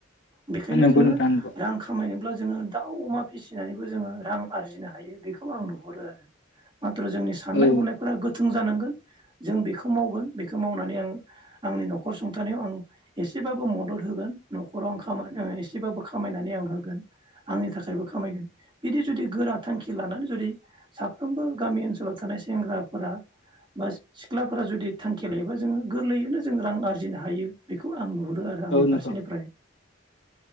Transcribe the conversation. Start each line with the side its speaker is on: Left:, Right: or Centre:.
Right: बेखायनो
Left: नंगौ
Right: जोङो
Left: नोंथां नंगौ
Right: रां खामायनो अब्ला जोङो दाउ अमा फिसिनानैबो जोङो रां आरजिनो हायो बेखौ आं नुहरो आरो माथ्र जोंनि साननाय
Left: औ
Right: हनाय गोथों जानांगोन जों बेखौ मावगोन बेखौ मावनानै आं आंनि नखर सुंथानायाव आं एसेबाबो मदद होगोन नखराव आं खाम एसेबाबो खामायनानै आं होगोन आंनि थाखायबो खामायगोन बिदि जुदि गोरा थांखि लानानै जुदि साफ्रोमबो गामि ओनसोलाव थानाय सेंग्रा फोर बा सिख्लाफोरा जुदि थांखि लायोबा जोङो गोरलैयैनो जों रां आरजिनो हायो बेखौ आं नुहरो आरो आंनि
Left: औ नोंथां
Right: फारसेनिफ्राय